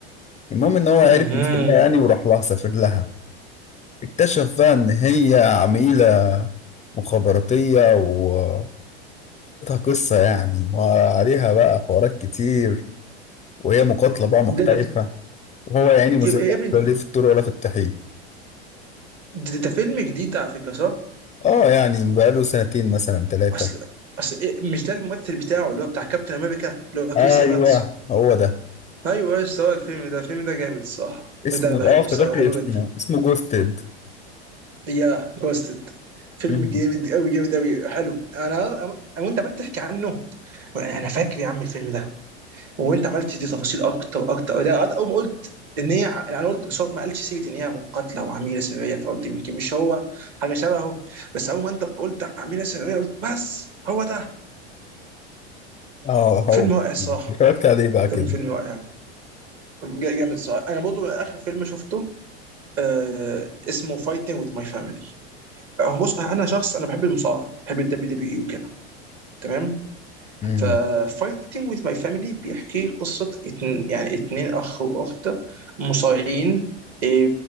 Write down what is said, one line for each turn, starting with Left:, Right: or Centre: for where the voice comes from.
Left: المهم ان هو عرف
Right: اها
Left: يوصلها يعني وراح لها سافر لها اكتشف بقى ان هي عميلة مخابراتية وقصتها قصة يعني وعليها بقى حوارات كتير وهي مقاتلة بقى محترفة
Right: ده ده
Left: وهو يعني مزارع
Right: يا يا ابني
Left: لا ليه في الطور ولا في الطحين
Right: ده, ده فيلم جديد ده على فكره صح
Left: اه يعني بقاله سنتين مثلا ثلاثة
Right: اصل اصل إيه مش ده الممثل بتاعه اللي هو بتاع كابتن امريكا اللي هو
Left: ايوه
Right: كريس ايفانس
Left: هو ده
Right: ايوه ايش سوى الفيلم ده الفيلم ده جامد صح
Left: اسمه
Right: الفيلم ده انا بحبه
Left: اه افتكرت
Right: الصراحه
Left: اسمه
Right: بحبه جدا
Left: اسمه جوستد
Right: يا جوستد فيلم
Left: مم.
Right: جامد قوي جامد قوي حلو انا أنا- وانت عمال تحكي عنه انا أنا فاكر يا عم الفيلم ده وانت عمال تدي تفاصيل اكتر اكتر ده اول ما قلت ان هي انا قلت بس هو ما قالش سيره ان هي مقاتله وعميله سريه فقلت يمكن مش هو حاجه شبهه بس اول ما انت قلت عميله سريه قلت بس هو ده
Left: اه هو
Right: فيلم رائع الصراحه
Left: اتفرجت عليه بقى
Right: فيلم
Left: كده
Right: فيلم رائع جا- جامد صح انا برضو اخر فيلم شفته آه اسمه فايتنج وذ ماي فاميلي بص انا شخص انا بحب المصارعه بحب الدبليو دبليو اي وكده تمام
Left: مم.
Right: ففايتنج وذ ماي فاميلي بيحكي قصه اتن يعني اتنين اخ واخت مصارعين آه،